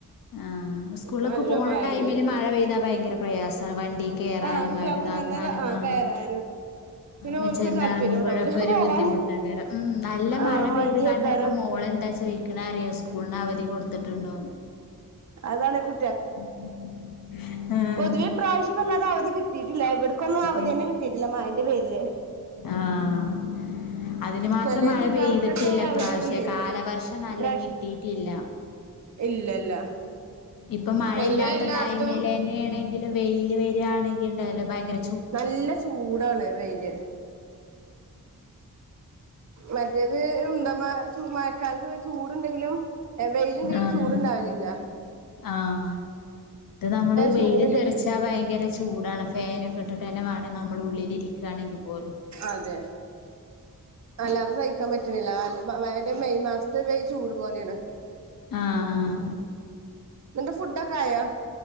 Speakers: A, on the left; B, on the right.
A: ആഹ് സ്കൂള്ക്ക്
B: ഇപ്പൊ നല്ല
A: പോണ
B: മഴണ്ട്
A: ടൈമില് മഴ പെയ്താ ഭയങ്കര പ്രയാസാ വണ്ടീ കേറാനും
B: ആഹ് കുട്ടികൾക്കും
A: അവരിതാക്കാനും
B: തന്നെ
A: ആഹ്
B: കയറാനും പിന്നെ
A: വെച്ച്ഞ്ഞാറന്നുറങ്ങുമ്പോഴൊക്കെ
B: ഓൽക്കൊരു താല്പര്യം ഉണ്ടാവൂല
A: ഒരു
B: പോവാന്
A: ബുദ്ധിമുട്ടയ്ക്കാരം. ഉം നല്ല
B: ആഹ്
A: മഴ
B: മടിയേക്കാരം
A: പെയ്ത് കണ്ടപ്പോ മോളെന്താ ചോയി ക്ലാരിയോ സ്കൂൾന് അവധി കൊടുത്തിട്ടുണ്ടോന്ന്
B: അതാണ് കു
A: <unintelligible> ആഹ്
B: പൊതുവെ ഇപ്രാവശ്യം വല്ലാതെ അവധി കിട്ടിയിട്ടില്ല ഇവിടക്കൊന്നും അവധിന്നെ
A: ഏ
B: കിട്ടിയിട്ടില്ല മഴന്റെ പേരില്
A: ആഹ് അതിന് മാത്രം
B: ചെലേ
A: മഴ
B: ജില്ലകൾ
A: പെയ്തിട്ടില്ല
B: കൂടൊക്കെ അവധി
A: ഇപ്പ്രാവിശ്യം
B: വന്നീനു
A: കാലവർഷം നല്ലെങ്കി
B: ഇപ്രാവശ്യം
A: ട്ടീട്ടില്ല
B: ഇല്ലല്ല
A: ഇപ്പൊ മഴയില്ലാത്ത
B: പൊതുവെ എല്ലായിടത്തും
A: ടൈമിലെന്നേണെങ്കിലും വെയില് വരാണെങ്കി ഇണ്ടല്ലോ ഭയങ്കര ചൂ
B: നല്ല ചൂടാണ് വെയില് മറ്റേത് ഇണ്ടമ്മ ചൂ മഴക്കാലത്ത് പി ചൂടുണ്ടെങ്കിലും എ വെയിലുണ്ടെങ്കി
A: ആഹ്
B: ചൂട്ണ്ടാവലില്ല.
A: ആഹ് ഇത് നമ്മള് വെയില്
B: ചൂടില്
A: തെറിച്ചാ ഭയങ്കര ചൂ ടാണ് ഫാനൊക്കെ ഇട്ട്ട്ടെന്നെ വാണെ നമ്മൾ ഉള്ളിലിരിക്കാണെങ്കി പോലും.
B: അതെ അല്ലാതെ സഹിക്കാൻ പറ്റ റ്റ്ണില്ല അല്ല മ മഴൻ്റെ മെയ് മാസത്തെ വെയ് ചൂട് പോലെയാണ്.
A: ആഹ്
B: നിൻ്റെ ഫുഡ്ഡൊക്ക ആയോ